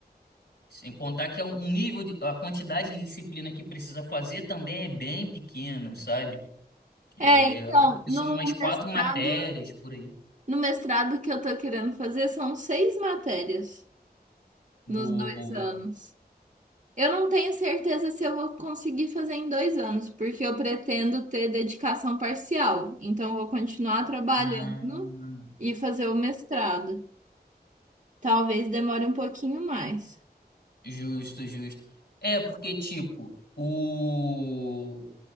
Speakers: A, on the left; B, on the right.
A: Sem contar que é um um nível de, a quantidade de disciplina que precisa fazer também é bem pequeno, sabe? É,
B: É, então,
A: acho que
B: no
A: são umas quatro
B: mestrado
A: matérias por aí.
B: No mestrado que eu tô querendo fazer são seis matérias
A: Boa,
B: nos dois
A: boa.
B: anos. Eu não tenho certeza se eu vou conseguir fazer em dois anos, porque eu pretendo ter dedicação parcial. Então, eu vou continuar trabalhando
A: Ah,
B: e fazer o mestrado. Talvez demore um pouquinho mais.
A: Justo, justo. É, porque, tipo, o.